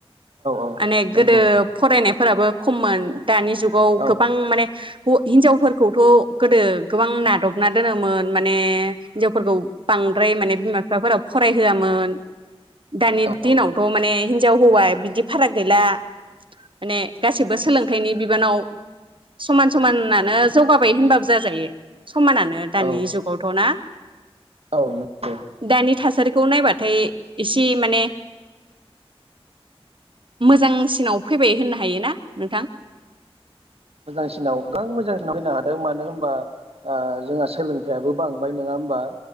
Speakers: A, on the right (about 70°); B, on the right (about 55°).
A: औ
B: माने गोदो
A: नंगौ
B: फरायनाय फोराबो खममोन दानि जुगाव
A: औ
B: गोबां माने ह-हिनजावफोरखौथ' गोदो गोबां नादबना दोनोमोन माने हिनजावफोरखौ बांद्राय माने बिमा बिफाफोरा फराय होआमोन दानि
A: औ ओहो
B: दिनावथ' माने हिनजाव हौवा बिदि फाराग गैला माने गासिबो सोलोंथाइनि बिबानाव समान समानानो जौगाबाय होनबाबो जाजायो । समानानो दानि
A: औ
B: जुगावथ' ना?
A: औ नंगौ
B: दानि थास सारिखौ नायबाथाय इसे माने मोजांसिनाव फैबाय होननो हायो ना नोंथां?
A: मोजांसिनाव गोबां मोजांसिनाव फैनो हादों मानो होनबा ओ जोंहा सोलोंथाइयाबो बांबाय नोङा होमबा?